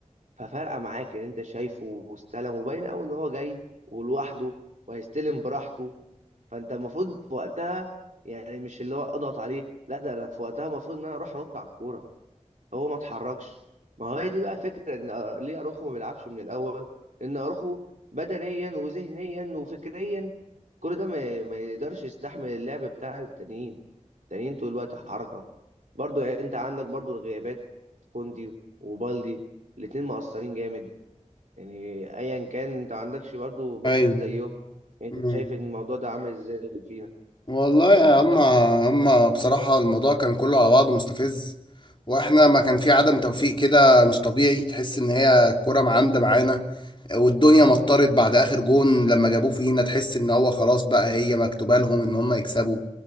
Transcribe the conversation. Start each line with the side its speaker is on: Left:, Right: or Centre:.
Right: ففرقه معاك ان انت شايفه واستلم وباين قوي ان هو جاي ولوحده وهيستلم براحته فانت المفروض في وقتها يعني مش اللي هو اضغط عليه لا ده انا في وقتها المفروض ان انا اروح انط على الكوره هو ما اتحركش ما هو هي دي بقى فكره ان أر- ليه اروخو ما بيلعبش من الاول لان اروخو بدنيا وذهنيا وفكريا كل ده ما, ما يقدرش يستحمل اللعب بتاع التانيين التانيين طول الوقت حركه برضو يعني انت عندك برضو الغيابات كوندي وبالدي الاتنين مقصرين جامد يعني ايا كان انت ما عندكش برضو باكات
Left: ايوه
Right: زيهم يعني
Left: مم.
Right: أنت شايف الموضوع ده عامل ازاي فينا
Left: والله يا هم هم بصراحة الموضوع كان كله على بعضه مستفز واحنا ما كان في عدم توفيق كده مش طبيعي تحس ان هي الكرة معاندة معانا والدنيا مطرت بعد اخر جون لما جابوه فينا تحس ان هو خلاص بقى هي مكتوبة لهم ان هم يكسبوا